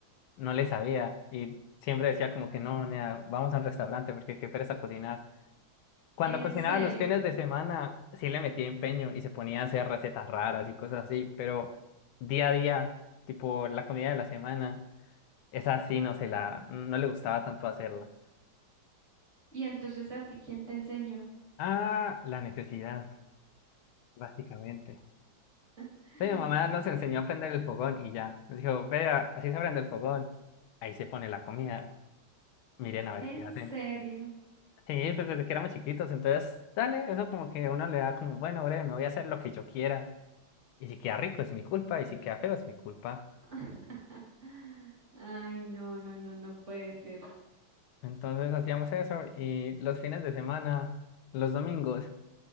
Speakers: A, on the left; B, on the right.
A: no le sabía. Y siempre decía como que no, nea, vamos a un restaurante porque qué pereza cocinar. Cuando
B: En
A: cocinaba
B: serio.
A: los fines de semana, sí le metía empeño y se ponía a hacer recetas raras y cosas así, pero día a día, tipo la comida de la semana, esa sí no se la, no le gustaba tanto hacerla.
B: ¿Y entonces a ti quién te enseñó?
A: Ah, la necesidad, básicamente.
B: <laughs>
A: Sí, mi mamá nos enseñó a prender el fogón y ya. Nos dijo, vea, así se prende el fogón. Ahí se pone la comida. Miren a ver
B: En
A: qué hacen.
B: serio.
A: Sí, pues desde que éramos chiquitos, entonces, dale, eso como que uno le da como, bueno, breve, me voy a hacer lo que yo quiera. Y si queda rico es mi culpa, y si queda feo es mi culpa.
B: <laughs> Ay, no, no, no, no puede ser.
A: Entonces hacíamos eso y los fines de semana, los domingos,